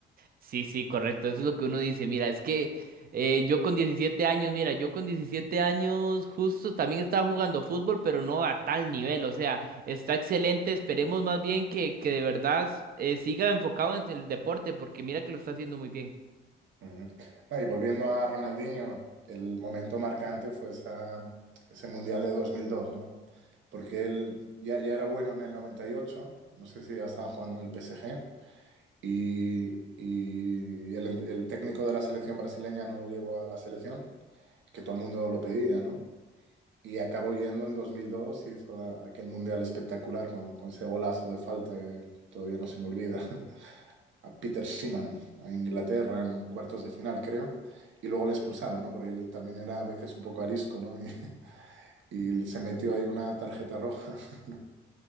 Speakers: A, on the right; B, on the right.
A: Sí, sí, correcto. Eso es lo que uno dice. Mira, es que eh, yo con 17 años, mira, yo con 17 años justo también estaba jugando fútbol, pero no a tal nivel. O sea, está excelente. Esperemos más bien que, que de verdad eh, siga enfocado en el deporte, porque mira que lo está haciendo muy bien.
B: Ujú. Ah, y volviendo a Ronaldinho, el momento marcante fue esa- ese Mundial de dos mil dos ¿no? Porque él ya, ya era bueno en el noventa y ocho no sé si ya estaba jugando en el PSG, y, y el, ent- el técnico de la selección brasileña no lo llevó a la selección, que todo el mundo lo pedía, ¿no? Y acabó yendo en dos mil dos hizo a- aquel mundial espectacular con, con ese golazo de falta que todavía no se me olvida, <laughs> a Peter Schiemann, a Inglaterra en cuartos de final, creo, y luego le expulsaron, ¿no? Porque él también era a veces un poco arisco, ¿no? Y, <laughs> y se metió ahí una tarjeta roja. <laughs>